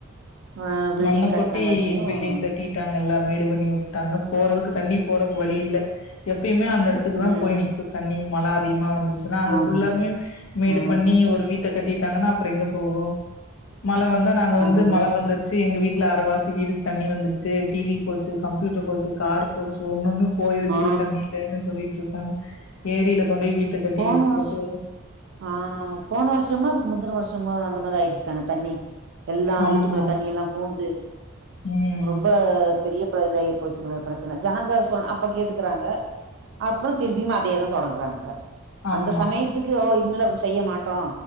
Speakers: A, on the right (about 60°); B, on the left (about 70°).
A: ஆ பில்டிங்
B: மண்ண
A: கட்னங்காட்டியு
B: கொட்டி பில்டிங் கட்டிட்டாங்க எல்லாரு மேடு பண்ணி விட்டாங்க
A: ம்,
B: போறதுக்கு தண்ணி போறக்கு
A: ம்,
B: வழி இல்ல இப்பயுமே அந்தடத்துக்கு
A: ம்.
B: தா போய் நிக்கு தண்ணி மழ அதிகமா வந்து ன்ன அங்க
A: ஆமா.
B: ஃபுல்லாமே மேடு
A: ஆ
B: பண்ணி ஒரு வீட்ட கட்டிட்டாங்கன்னா அப்றோ எங்க போகு மழ வந்தா நாங்க வந்து
A: அதுதான்.
B: மழ வந்துருச்சு எங்க வீட்ல அரவாசி வீடு தண்ணி வந்துருச்சு டிவி போச்சு கம்ப்யூட்டர் போச்சு கார் போச்சு ஒன்னொன்னு போயிருச்சு
A: ஆ
B: தண்ணிலன்னு சொல்லிட்டு இரு தங் ஏரியில கொண்டு போய் வீட்ட கட்டி
A: போன
B: வச்சு
A: வருஷ்
B: போட்டு
A: ஆ போன வருஷமா அதுக்கு முந்துன வருஷ சும்மா அந்தமாரி ஆயிச்சு தான தண்ணி எல்லா
B: ஆமா
A: வீட்டுக்குள்ள தண்ணி எல்லா பூந்து
B: ம்
A: ரொம்ப பெரிய ப இதாயிபோச்சு பிரச்சன ஜனங்கள் அப்ப கேட்டுக்குறாங்க அப்பறம் திருப்பியும் அதே தா தொடங்குறாங்க
B: ஆமா
A: அந்த சமயத்துக்கு ஒ இன்னலப் அப்டி செய்ய மாட்டோ